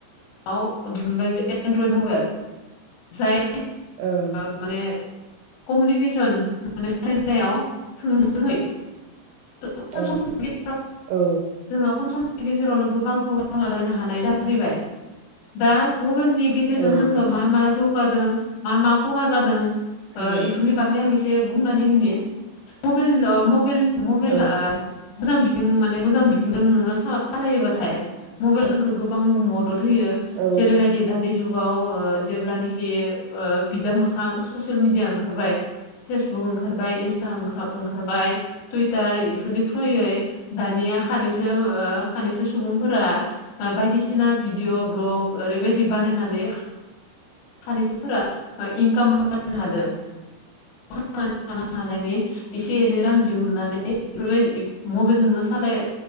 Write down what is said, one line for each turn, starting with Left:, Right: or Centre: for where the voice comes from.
Left: औदि मोनबाय एनड्रइद मबाइल जाय
Right: ओं
Left: माने कमिउनिकेसन माने रायनायाव थोंजोङै। खम
Right: ओ
Left: समनि
Right: औ
Left: जोङो खम समनि गेजेरावनो गोबां खौरां लालायनो हानाय जाहैबाय दा मबाइलनि गेजेर गेजेरजों
Right: औ औ
Left: जोङो मा मा जौगादों मा मा खहा जादों
Right: हेलौ
Left: इफोरनि बागै आं एसे बुंनानै होो मबाइल मबाइल मबाइला
Right: हेलौ
Left: मोजां बिथिं माने मोजां बिथिं द नोङो सालायोबाथाय मबाइल जोंखौ गोबां मदद होयो
Right: औ
Left: जेरैबायदि दानि जुगाव जेब्लानाखि बिजाब मोखां ससियेल मिडिया ओंखारबाय फेसबुक ओंखारबाय इन्स्टा हरबाय टुइटार इफोरनि थ्रुयै दानिया सानैसो सानैसो सुबुंफोरा बायदिसिना भिडिअ भ्लग ओरैबायदि बानायनानै सालसुफोरा इनकाम बानायनो हादों थ हानायनि एसे एनै रां दिहुननानै बेफोरबायदि मबाइलजोंोंनो सालाय